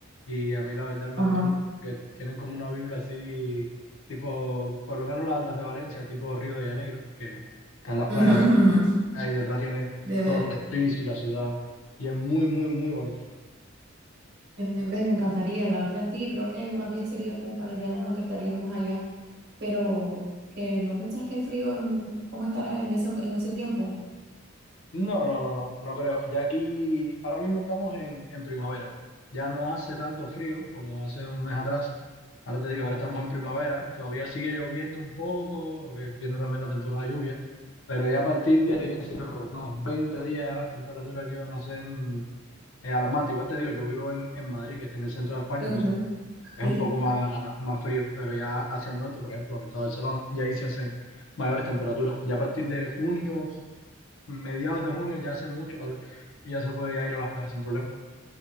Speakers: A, on the left; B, on the right.
A: y a mí la verdad me
B: Ajá.
A: gusta mucho que tienen como una vibra así, tipo, por lo menos las, las de Valencia, tipo Río de Janeiro, que están las playas
B: Ujú, ujú.
A: Ah, y detrás tiene
B: De
A: todos
B: ver.
A: los edificios y la ciudad. Y es muy, muy, muy bonito.
B: Eh, ves, me encantaría, la verdad, sí, creo que más bien sería como para el verano que estaríamos allá, pero que no pensás que el frío, mm, ¿cómo estará en ese, en ese tiempo?
A: No, no, no, no, no creo. Ya aquí, ahora mismo estamos en, en primavera. Ya no hace tanto frío como hace un mes atrás. Ahora te digo, ahora estamos en primavera. Todavía sigue lloviendo un poco, que viene también la temporada de lluvia. Pero ya a partir de, qué sé yo, unos 20 días, ya las temperaturas aquí van a ser eh, alarmantes. Igual te digo, yo vivo en, en Madrid, que está en el centro de España,
B: Ujú,
A: entonces Es
B: Sí.
A: un poco más, más frío, pero ya hacia el norte, por ejemplo, donde está Barcelona, ya ahí se hacen mayores temperaturas. Ya a partir de junio, mediados de junio, ya hace mucho calor y ya se puede ya ir a las playas sin problema.